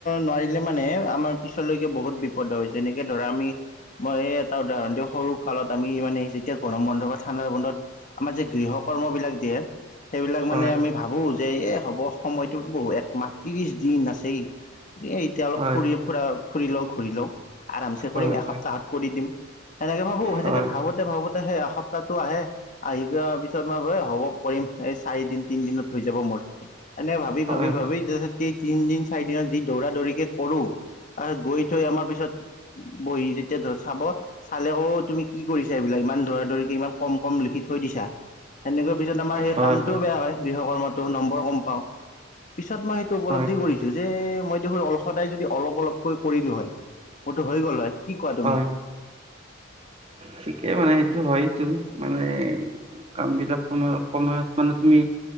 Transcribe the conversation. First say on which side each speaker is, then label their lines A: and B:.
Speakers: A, on the left (about 40°); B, on the right (about 30°).
A: নোৱাৰিলে মানে আমাৰ পিছলৈকে বহুত বিপদ হৈ যেনেকে ধৰা আমি মই টা উদাৰণ দিও সৰু কালত আমি মানে যেতিয়া গৰম বন্ধ বা ঠাণ্ডাৰ বন্ধত আমাৰ যে গৃহ কৰ্মবিলাক দিয়ে সেইবিলাক
B: হয়
A: মানে আমি ভাবোঁ যে এই হ'ব সময়টোত বহু একমাহ ত্ৰিশ দিন আছেই এ এতিয়া অলপ
B: হয়
A: ফুৰি ফুৰা ফুৰি লওঁ ঘূৰি লওঁ আৰামচে কৰিম
B: হয়
A: এসপ্তাহত
B: হয়
A: কৰি দিম। সেনেকে ভাবো সেনেকে
B: হয়
A: ভাবোতে ভাবোতে সেই এসপ্তাহটো আহে আহি যোৱাৰ পিছত মই হ'ব কৰিম এই চাৰিদিন তিন দিনত হৈ যাব মোৰ। এনে ভাবি
B: হয়
A: ভাবি
B: হয়
A: ভাবি তিনদিন চাৰি দিনত যি দৌৰা দৌৰিকে কৰো। তাপিছত গৈ থৈ আমাৰ পিছত বহি যেতিয়া ধৰ চাব চালে অ তুমি কি কৰিছা এইবিলাক ইমান ধৰা ধৰিকে ইমান কম কম লিখি থৈ দিছা সেনেকৈ পিছত আমাৰ সেই
B: হয়
A: কামটোও বেয়া হয় গৃহ কৰ্মতো নম্বৰ কম পাওঁ। পিছত মই সেইটো উপলব্ধি
B: হয় হয়
A: কৰিছো যে মই অল সদায় যদি অলপ অলপকৈ কৰিলো হয় মতো হৈ গ'ল হয় কি কোৱা তুমি?
B: হয় ঠিকেই মানে এইটো হয়তো মানে কাম বিলাক সময়ত সময়ত মানে তুমি